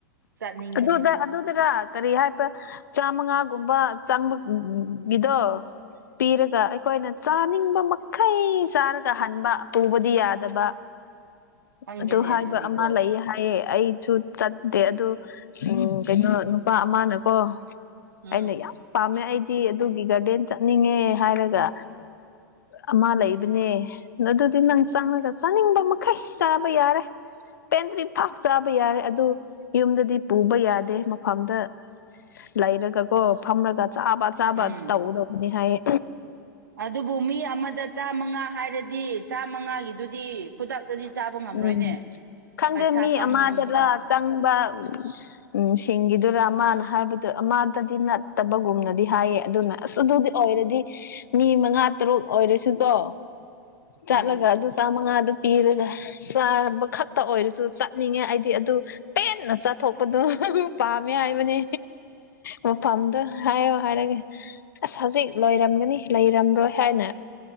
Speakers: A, on the right; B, on the left.
A: ꯆꯠꯅꯤꯡꯕꯅꯦ꯫
B: ꯑꯗꯨꯗ ꯑꯗꯨꯗꯔ ꯀꯔꯤ ꯍꯥꯏꯕ꯭ꯔꯥ ꯆꯥꯃꯉꯥꯒꯨꯝꯕ ꯆꯪꯕ ꯒꯤꯗꯣ꯫ ꯄꯤꯔꯒ ꯑꯩꯈꯣꯏꯅ ꯆꯥꯅꯤꯡꯕ ꯃꯈꯩ ꯆꯥꯔꯒ ꯍꯟꯕ꯫ ꯄꯨꯕꯗꯤ ꯌꯥꯗꯕ
A: ꯈꯪꯗꯦꯅꯦ
B: ꯑꯗꯨ ꯍꯥꯏꯕ
A: ꯑꯗꯨꯗꯤꯀꯣ
B: ꯑꯃ ꯂꯩꯌꯦ ꯍꯥꯏꯌꯦ ꯑꯩꯁꯨ ꯆꯠꯇꯦ ꯑꯗꯣ ꯀꯩꯅꯣ ꯅꯨꯄꯥ ꯑꯃꯅꯀꯣ
A: ꯎꯝ
B: ꯑꯩꯅ ꯌꯥꯝ ꯄꯥꯝꯃꯦ ꯑꯩꯗꯤ ꯑꯗꯨꯒꯤ ꯒꯥꯔꯗꯦꯟ ꯆꯠꯅꯤꯡꯉꯦ ꯍꯥꯏꯔꯒ꯫ ꯑꯃ ꯂꯩꯕꯅꯦ ꯑꯗꯨ ꯗꯨ ꯅꯪ ꯆꯪꯔꯒ ꯆꯥꯅꯤꯡꯕ ꯃꯈꯩ ꯆꯥꯕ ꯌꯥꯔꯦ꯫ ꯄꯦꯟꯗ꯭ꯔꯤ ꯐꯥꯎ ꯆꯥꯕ ꯌꯥꯔꯦ ꯑꯗꯨ ꯌꯨꯝꯗꯗꯤ ꯄꯨꯕ ꯌꯥꯗꯦ ꯃꯐꯝꯗ ꯂꯩꯔꯒꯀꯣ ꯐꯝꯔꯒ ꯆꯥꯕ ꯆꯥꯕ
A: ꯎꯝ
B: ꯇꯧꯒꯗꯧꯕꯅꯤ ꯍꯥꯏꯌꯦ
A: ꯑꯗꯨꯕꯨ ꯃꯤ ꯑꯃꯗ ꯆꯥꯃꯉꯥ ꯍꯥꯏꯔꯗꯤ ꯆꯥꯃꯉꯥꯒꯤꯗꯨꯗꯤ ꯈꯨꯗꯛꯇꯗꯤ ꯆꯥꯕ ꯉꯝꯔꯣꯏꯅꯦ
B: ꯎꯝ ꯈꯪꯗꯦ
A: ꯄꯩꯁꯥ
B: ꯃꯤ
A: ꯄꯥꯝꯃꯨꯑꯦ
B: ꯑꯃꯗꯔ
A: ꯑꯃꯨꯛꯀ꯫
B: ꯆꯪꯕ ꯎꯝ ꯁꯤꯡꯒꯤꯗꯨꯔꯥ ꯃꯥꯅ ꯍꯥꯏꯕꯗ ꯑꯃꯗꯗꯤ ꯅꯠꯇꯕꯒꯨꯝꯅꯗꯤ ꯍꯥꯏꯌꯦ ꯑꯗꯨꯅ ꯑꯁ ꯑꯗꯨꯗꯤ ꯑꯣꯏꯔꯗꯤ ꯃꯤ ꯃꯉꯥ ꯇꯔꯨꯛ ꯑꯣꯏꯔꯁꯨꯀꯣ ꯆꯠꯂꯒ
A: ꯎꯝ
B: ꯑꯗꯨ ꯆꯥꯃꯉꯥꯗꯨ ꯄꯤꯔꯒ ꯆꯥꯕ ꯈꯛꯇ ꯑꯣꯏꯔꯁꯨ ꯆꯠꯅꯤꯡꯉꯦ ꯑꯩꯗꯤ ꯑꯗꯨ꯫ ꯄꯦꯟꯅ ꯆꯥꯊꯣꯛꯄꯗꯣ ꯑꯗꯨ ꯄꯥꯝꯃꯦ ꯍꯥꯏꯕꯅꯦ꯫ ꯃꯐꯝꯝꯗꯣ ꯍꯥꯏꯌꯣ ꯍꯥꯏꯔꯒ ꯑꯁ ꯍꯧꯖꯤꯛ ꯂꯣꯏꯔꯝꯒꯅꯤ ꯂꯩꯔꯝꯔꯣꯏ ꯍꯥꯏꯅ